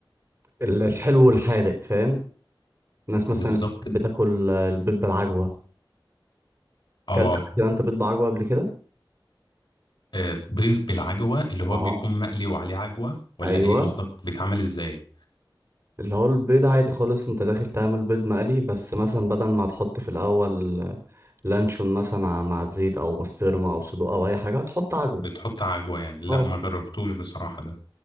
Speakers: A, on the right (about 30°); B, on the left (about 60°).
A: ال- الحلو والحادق فاهم الناس مثلا
B: بالظبط
A: اللي بتحب تاكل البيض بالعجوه
B: آه
A: اكلت قبل كده انت بيض بعجوه قبل كده
B: آه، بيض بالعجوة اللي هو
A: اه
B: بيكون مقلي وعليه عجوة ولا
A: ايوه
B: إيه قصدك بيتعمل إزاي
A: اللي هو البيض عادي خالص انت داخل تعمل بيض مقلي بس مثلا بدل ما هتحط في الاول لانشون مثلا مع الزيت او بسطرمه او صدوق او اي حاجه هتحط عجوه
B: بتحط عجوة يعني
A: اه
B: لا ما جربتوش بصراحة ده